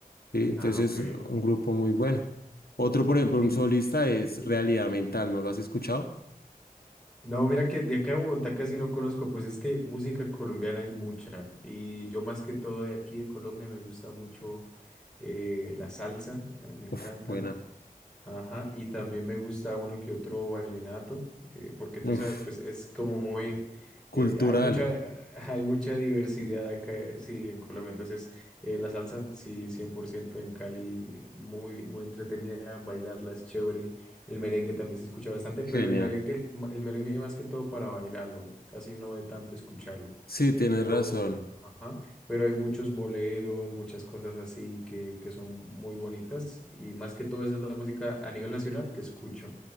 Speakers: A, on the left; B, in the centre.
A: ¿sí? Entonces,
B: Ah, ok.
A: un grupo muy bueno. Otro, por ejemplo,
B: Sí,
A: un solista
B: sí,
A: es
B: sí.
A: Realidad Mental, ¿no lo has escuchado?
B: No, mira que de acá de Bogotá casi no conozco, pues es que música colombiana hay mucha y yo más que todo de aquí de Colombia me gusta mucho eh, la salsa, eh, me encanta.
A: Uf, buena.
B: Ajá, y también me gusta uno que otro vallenato, eh, porque tú sabes,
A: Uf,
B: pues es como muy,
A: cultural,
B: eh, hay mucha, <laughs> hay mucha diversidad acá, eh, sí, en Colombia. Entonces, eh, la salsa, sí, 100% en Cali, eh, muy, muy entretenida, bailarla es chévere. El merengue también se escucha bastante, pero
A: genial.
B: el merengue, el ma- el merengue más que todo para bailarlo, casi no de tanto escucharlo.
A: Sí, tienes
B: Pero,
A: razón.
B: ajá pero hay muchos boleros, muchas cosas así que, que son muy bonitas y más que todo esa es la música a nivel nacional que escucho.